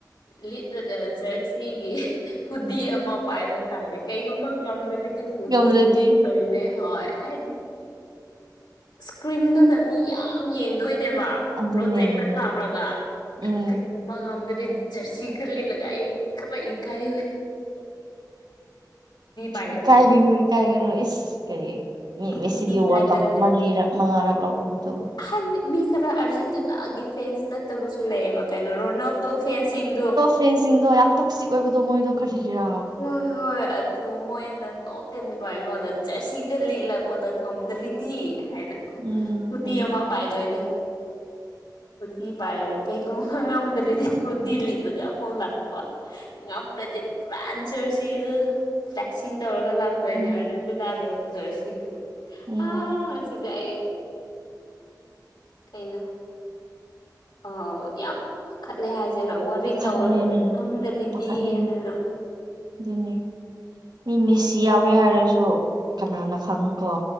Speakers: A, on the left; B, on the right.
A: ꯂꯤꯠꯂꯒ ꯖꯔꯁꯤꯒꯤ ꯍꯨꯗꯤ ꯑꯃ ꯄꯥꯏꯕ ꯇꯥꯔꯦ ꯀꯩꯒꯨꯝꯕ ꯉꯝꯗ꯭ꯔꯗꯤ ꯍꯨꯗꯨ
B: ꯉꯝꯗ꯭ꯔꯗꯤ
A: ꯇꯣꯏꯅꯦ ꯍ ꯍꯥꯏꯗꯤ ꯁꯀ꯭ꯔꯤꯟ ꯃꯤ ꯌꯥꯝ ꯌꯦꯡꯗꯣꯏꯅꯦꯕ
B: ꯑꯗꯨꯅꯦ
A: ꯄ꯭ꯔꯣꯖꯦꯛꯇ
B: ꯑꯗꯨꯅꯦ
A: ꯀꯥꯎꯔꯒ
B: ꯎꯝ
A: ꯑꯗꯨ ꯃ ꯉꯝꯗ꯭ꯔꯦ ꯖꯔꯁꯤ ꯈꯔ ꯂꯤꯂꯒꯥꯏ ꯈꯔ ꯏꯀꯥꯏꯨꯦ ꯄꯥꯏꯗꯣꯏꯅꯦ
B: ꯏꯀꯥꯏꯒꯅꯨ ꯏꯀꯥꯏꯒꯅꯨ ꯏꯁ ꯀꯔꯤ ꯃꯤ ꯃꯦꯁꯤꯗꯤ
A: ꯍꯨꯗꯤ ꯄꯥꯏꯗꯣꯏꯅꯦ
B: ꯋꯥꯔꯜ ꯀꯞ ꯃꯔꯤꯔꯛ ꯃꯉꯥꯔꯛ ꯂꯧꯈꯕꯗꯧꯕ
A: ꯍꯥꯏꯕꯗꯤ ꯃꯤ ꯈꯔ ꯑꯥꯔꯖꯦꯟꯇꯤꯅꯥꯒꯤ ꯐꯦꯟꯁ ꯅꯠꯇꯕꯁꯨ ꯂꯩꯑꯕ ꯀꯩꯅꯣ ꯔꯣꯅꯥꯜꯗꯣ ꯐꯦꯟꯁꯤꯡꯗꯣ
B: ꯇ꯭ꯔꯦꯟꯁꯤꯡꯗꯣ ꯌꯥꯝ ꯇꯣꯛꯁꯤꯛ ꯑꯣꯏꯕꯗꯣ ꯃꯣꯏꯗꯣ ꯀꯔꯤꯒꯤꯔꯥ
A: ꯍꯣꯏ ꯍꯣꯏ ꯑꯗꯨ ꯃꯣꯏꯅ ꯅꯣꯛꯀꯅꯤꯕ ꯑꯩꯉꯣꯟꯗ ꯖꯁꯤꯒ ꯂꯤꯜꯂꯛꯄꯗ ꯉꯝꯗ꯭ꯔꯤꯗꯤ ꯍꯥꯏꯅꯀꯣ
B: ꯎꯝ
A: ꯈꯨꯗꯤ
B: ꯎꯝ
A: ꯑꯃ ꯄꯥꯏꯗꯣꯏꯅꯦ ꯈꯨꯗꯤ ꯄꯥꯏꯔꯒ ꯀꯩꯒꯨꯝꯕ ꯉꯝꯗ꯭ꯔꯗꯤ ꯍꯨꯗꯤꯤ ꯂꯤꯠꯂꯒ ꯑꯃꯨꯛ ꯂꯥꯛꯄ ꯉꯝꯂ꯭ꯔꯗꯤ ꯄꯨꯔꯥ ꯖꯔꯁꯤꯗꯨ ꯐ꯭ꯂꯦꯛꯁꯤꯡ ꯇꯧꯔꯒ ꯂꯥꯛꯇꯣꯏꯅꯦ
B: ꯎꯝ
A: ꯑꯥꯔꯖꯦꯟꯇꯤꯅꯥꯒꯤ ꯖꯔꯁꯤꯗꯨ
B: ꯎꯝ
A: ꯑ ꯁꯤꯖꯌꯦ ꯀꯩꯅꯣ ꯑ ꯌꯥꯝ ꯄꯥꯈꯠꯂꯦ ꯍꯥꯏꯁꯤꯔꯥ ꯋꯥꯔꯤ
B: ꯄꯥꯈꯠꯂꯦ
A: ꯇꯧꯋꯦꯕꯗ ꯉꯝꯗꯔꯤꯗꯤ
B: ꯄꯥꯈꯠꯂꯦ
A: ꯍꯥꯏꯅ
B: ꯑꯗꯨꯅꯤ ꯃꯤ ꯃꯤꯁꯁꯤ
A: ꯃꯣꯏ ꯈꯨꯠꯁꯅ
B: ꯌꯥꯎꯋꯦ ꯍꯥꯏꯔꯁꯨ ꯀꯅꯥꯅ ꯈꯪꯉ ꯀꯣ